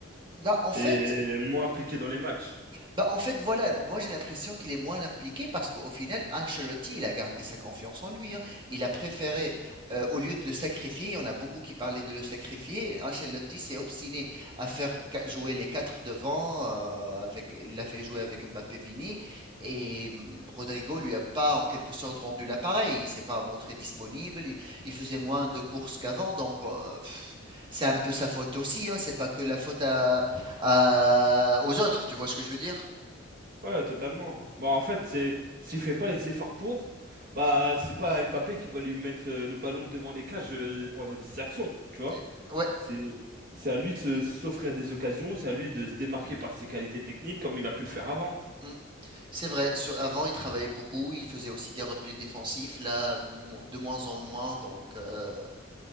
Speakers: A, on the right; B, on the right.
A: Là, en fait,
B: et moins impliqués dans les matchs.
A: bah, en fait, voilà, moi j'ai l'impression qu'il est moins impliqué parce qu'au final, Ancelotti, il a gardé sa confiance en lui. hein. Il a préféré, euh, au lieu de le sacrifier, on a beaucoup qui parlaient de le sacrifier. Ancelotti s'est obstiné à faire ca- jouer les quatre devant, euh, avec, il l'a fait jouer avec Mbappé Vini, et hum, Rodrigo lui a pas en quelque sorte rendu l'appareil. Il s'est pas montré disponible, il, il faisait moins de courses qu'avant, donc euh, pff, c'est un peu sa faute aussi. hein. C'est pas que la faute à à- aux autres, tu vois ce que je veux dire?
B: Ouais, totalement. Bah, en fait, c'est s'il fait pas les efforts pour, bah, c'est pas Mbappé qui va lui mettre euh, le ballon devant les cages euh, pendant 10 actions, tu vois.
A: Et- Ouais,
B: C'est c'est à lui de se- s'offrir des occasions, c'est à lui de se démarquer par ses qualités techniques comme il a pu le faire avant.
A: mm, c'est vrai. Sur- avant, il travaillait beaucoup, il faisait aussi des replis défensifs, là, mo- de moins en moins. Donc, euh,